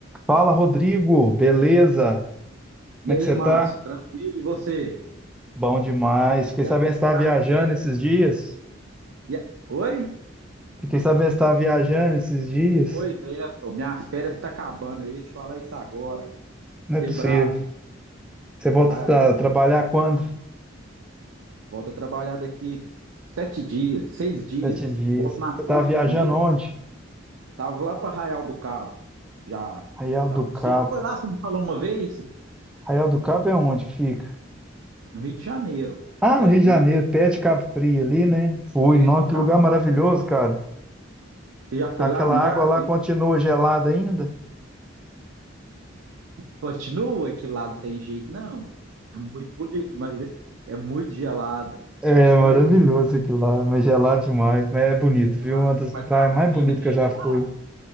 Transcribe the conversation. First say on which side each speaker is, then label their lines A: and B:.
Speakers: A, in the centre; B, on the right.
A: Fala, Rodrigo, beleza?
B: E
A: Como é
B: aí,
A: que você
B: Márcio,
A: tá?
B: tranquilo? E você?
A: Bom demais. Fiquei
B: E
A: sabendo
B: a,
A: que você estava
B: e
A: viajando
B: a férias?
A: esses dias.
B: e a- Oi?
A: Fiquei sabendo que você estava viajando esses dias.
B: Pois é, pô, minhas férias estão acabando. Eu ia te falar isso agora.
A: Não
B: Você
A: é possível.
B: é brabo, hein?
A: Você volta
B: Ah,
A: a trabalhar quando?
B: volto a trabalhar daqui sete dias, seis dias.
A: Sete dias.
B: Volto na
A: Você estava
B: sexta,
A: viajando
B: acredita?
A: onde?
B: Tava lá para Arraial do Cabo. Já,
A: Arraial
B: já,
A: do
B: você
A: Cabo.
B: já foi lá? Você me falou uma vez?
A: Arraial do Cabo é onde que fica?
B: No Rio de Janeiro,
A: Ah, no
B: é,
A: Rio de
B: no
A: Janeiro,
B: interior,
A: pé de Cabo Frio ali, né? Fui,
B: perto
A: nossa,
B: de
A: que
B: Cabo.
A: lugar maravilhoso, cara.
B: Você já foi
A: Aquela
B: lá, não
A: água
B: já?
A: lá continua gelada ainda?
B: Continua que lá não tem jeito, não. É muito bonito, mas é é muito gelada.
A: É maravilhoso
B: Mas
A: aquilo lá, mas gelado demais. Mas é bonito,
B: gelada,
A: viu? Uma das
B: mas
A: praias
B: Cabo
A: mais
B: Frio
A: bonitas
B: também
A: que eu
B: é
A: já
B: gelado.
A: fui.